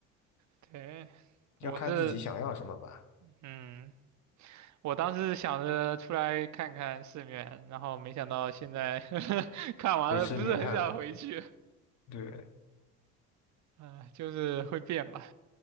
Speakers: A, on the right (about 50°); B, on the left (about 50°).
A: 对，
B: 要看自己想要什么吧，
A: 我是，嗯，我当时想着出来看看世面，然后没想到现在 <laughs> 看完了，
B: 被世面看了，
A: 不是很想回去，
B: 对，
A: 啊、就是会变吧，